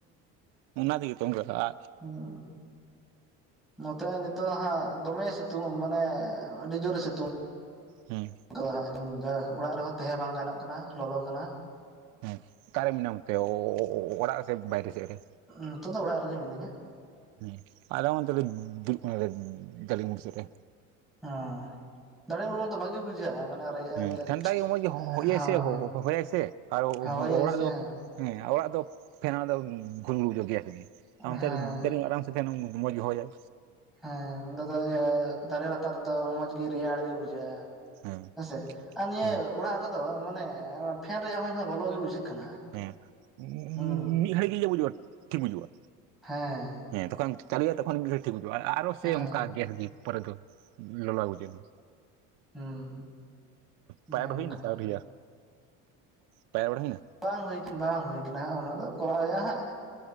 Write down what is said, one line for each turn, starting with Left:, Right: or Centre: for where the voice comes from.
Right: ᱚᱱᱟ ᱛᱮᱜᱮ ᱛᱚ ᱚᱱᱠᱟ-ᱟ᱾
Centre: ᱦᱮᱸ᱾ ᱱᱚᱛᱮ ᱱᱤᱛᱚᱜ ᱦᱟᱸᱜ ᱫᱚᱢᱮ ᱥᱤᱛᱩᱝ ᱢᱟᱱᱮ ᱟᱹᱰᱤ ᱡᱳᱨᱮ ᱥᱤᱛᱩᱝ᱾
Right: ᱦᱮᱸ᱾
Centre: ᱚᱱᱠᱟ ᱫᱚ ᱦᱟᱸᱜ ᱮᱠᱫᱚᱢ ᱡᱟ ᱚᱲᱟᱜ ᱨᱮᱦᱚᱸ ᱛᱟᱦᱮᱸ ᱵᱟᱝ ᱜᱟᱱᱚᱜ ᱠᱟᱱᱟ ᱞᱚᱞᱚ ᱠᱟᱱᱟ᱾
Right: ᱦᱮ ᱚᱠᱟᱨᱮ ᱢᱮᱱᱟᱢ ᱛᱮ ᱚ-ᱚ-ᱚᱲᱟᱜ ᱥᱮ ᱵᱟᱭᱨᱮ ᱥᱮᱫ ᱨᱮ?
Centre: ᱱᱤᱛᱚᱜ ᱫᱚ ᱚᱲᱟᱜ ᱨᱮᱜᱮ ᱢᱤᱱᱟᱹᱧᱟ᱾
Right: ᱦᱮᱸ ᱟᱞᱮ ᱚᱱᱛᱮ ᱫᱚ ᱫᱩᱲᱩᱵ ᱠᱟᱱᱟᱞᱮ ᱫᱟᱹᱰᱤ ᱢᱩᱲ ᱥᱮᱫ ᱨᱮ᱾
Centre: ᱦᱮ ᱫᱟᱲᱮ ᱩᱢᱩᱞ ᱫᱚ ᱵᱷᱟᱜᱮ ᱵᱩᱡᱷᱟᱹᱜᱼᱟ ᱢᱟᱱᱮ ᱨᱮᱭᱟᱜ
Right: ᱦᱮᱸ
Centre: ᱢᱤᱫᱴᱮᱱ
Right: ᱴᱷᱟᱱᱰᱟ ᱜᱮ ᱢᱚᱡᱽ ᱜᱮ ᱦ-ᱦ-ᱦᱚᱭᱟᱭ
Centre: ᱦᱳᱭ
Right: ᱥᱮ ᱦᱚᱭᱟᱭ ᱥᱮ ᱟᱨ ᱚ-ᱚ-ᱚᱲᱟᱜ
Centre: ᱦᱳᱭᱟᱭ ᱥᱮ
Right: ᱫᱚ ᱦᱮᱸ ᱚᱲᱟᱜ ᱫᱚ ᱯᱷᱮᱱᱟ ᱫᱚ ᱜᱷᱩᱞᱜᱷᱩᱞ ᱧᱚᱜ ᱜᱮᱭᱟ᱾ ᱚᱱᱛᱮ
Centre: ᱦᱮᱸ
Right: ᱰᱷᱮᱨ ᱟᱨᱟᱢ ᱥᱮ ᱛᱟᱦᱮ ᱢᱚᱸᱡᱽ ᱜᱮ ᱦᱚᱭᱟᱭ᱾
Centre: ᱦᱮᱸ ᱚᱸᱰᱮ ᱫᱚ ᱤᱭᱟᱹ ᱫᱟᱨᱮ ᱞᱟᱛᱟᱨ ᱨᱮᱫᱚ ᱢᱚᱸᱡᱽ ᱜᱮ ᱨᱮᱭᱟᱲ ᱜᱮ ᱵᱩᱡᱷᱟᱹᱜᱼᱟ᱾
Right: ᱦᱮᱸ᱾
Centre: ᱥᱮᱫ ᱟᱨ ᱱᱤᱭᱟᱹ
Right: ᱦᱮᱸ
Centre: ᱚᱲᱟᱜ ᱨᱮᱫᱚ ᱢᱟᱱᱮ ᱯᱷᱮᱱ ᱨᱮᱭᱟᱜ ᱦᱚᱭ ᱦᱚᱸ ᱞᱚᱞᱚᱜ ᱜᱮ ᱵᱩᱡᱷᱟᱹᱜ ᱠᱟᱱᱟ᱾
Right: ᱦᱮᱸ ᱢᱤ-ᱢᱤ-ᱢᱤᱫ
Centre: ᱦᱩᱸ
Right: ᱜᱷᱟᱹᱲᱤᱡ ᱜᱮᱤᱭᱟᱹ ᱵᱩᱡᱩᱜᱼᱟ ᱴᱷᱤᱠ ᱵᱩᱡᱩᱜᱼᱟ᱾
Centre: ᱦᱮᱸ᱾
Right: ᱦᱮᱸᱛᱚᱠᱷᱚᱡ ᱮᱢ ᱪᱟᱞᱩᱭᱟ ᱛᱚ᱾ ᱩᱱ ᱜᱷᱟᱲᱤᱡ ᱴᱷᱤᱠ ᱵᱩᱡᱟᱜᱼᱟ ᱟ-ᱟᱨᱚ ᱥᱮᱭ
Centre: ᱦᱮᱸ
Right: ᱚᱱᱠᱟ ᱜᱮ ᱯᱚᱨᱮ ᱫᱚ ᱞᱚᱞᱚ ᱜᱮ ᱵᱩᱡᱟᱜᱼᱟ᱾
Centre: ᱦᱮᱸ᱾ ᱚᱱᱮ
Right: ᱯᱟᱭ
Centre: ᱚᱱᱠᱟ
Right: ᱦᱩᱭᱱᱟ ᱥᱮ ᱟᱣᱨᱤᱭᱟ? ᱯᱟᱭᱨᱟ ᱵᱟᱲ ᱦᱩᱭᱱᱟ?
Centre: ᱵᱟᱝ ᱦᱩᱭ ᱵᱟᱝ ᱦᱩᱭ ᱠᱟᱱᱟ ᱦᱟᱸᱜ ᱚᱱᱟ ᱫᱚ ᱠᱚᱨᱟᱣᱦᱩᱭᱩᱜᱼᱟᱦᱟᱸᱜ